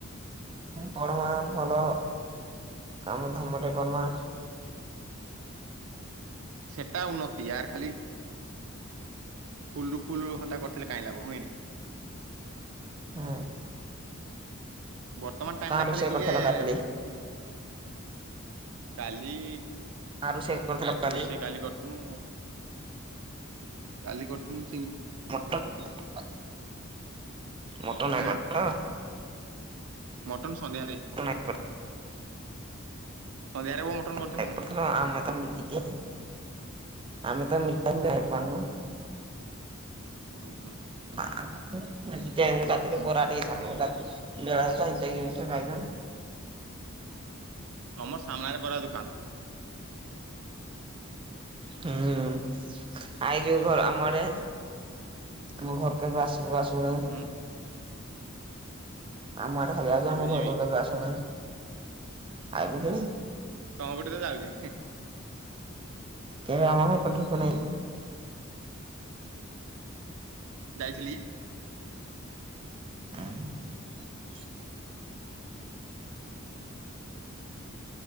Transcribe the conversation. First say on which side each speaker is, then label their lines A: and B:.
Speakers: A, on the right (about 25°); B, on the right (about 85°).
A: ପଢମା ଭଲ କାମ ଧାମ ଟେ କରମା
B: ସେଟା ଉନ୍ନତି ଆରଖାଲି ଫୁଲୁ ଫୁଲୁ ହନ୍ତା କରିଥିଲେ କାଇଁ ଲାଭ ହେଇନି?
A: ହଁ।
B: ବର୍ତ୍ତମାନ ଟାଇମ
A: କାଁ
B: ଟା
A: ରୋଷେଇ
B: ଖାଲି ଟିକେ
A: କରିଥିଲ କାଲି
B: କାଲି
A: ଆ ରଷେଇ କରୁଥିଲ କାଲି?
B: ରୋଷେଇ କରିଥିନୁ କାଲି କରୁଥିଲୁ
A: <unintelligible> ମଟନ ହେ
B: ଆଁ
A: କରିଥିଲ।
B: ମଟନ ସନ୍ଧ୍ୟାରେ
A: ମଟନ ହେ <unintelligible>
B: ସନ୍ଧ୍ୟାରେ ବୋ ମଟନ କରିଥିନୁ ହୁଁ ହୁଁ।
A: ରାତିରେ ବରା ଟିକେ ସ ବେଳାଣି ଖାଇ
B: ତମର ସାମ୍ନାରେ ବରା ଦୋକାନ।
A: ହୁଁ ଆଇ ଯୋଉ ଘର ଆମ ଆଡେ ଆମ ଘର କେବେ ଆସିବୁ ଆସ। <unintelligible>
B: ହୁଁ
A: ଆମର ହଜ
B: କେବେ
A: ଆମ
B: ଯିବି
A: ଘର କେବେ ଆସୁନା। ଆଗୁରୁ
B: ତମ ପଟେ ତ ଯାଉଛି।
A: କେବେ ଆମର <unintelligible>
B: ଯାଇଥିଲି।
A: <unintelligible>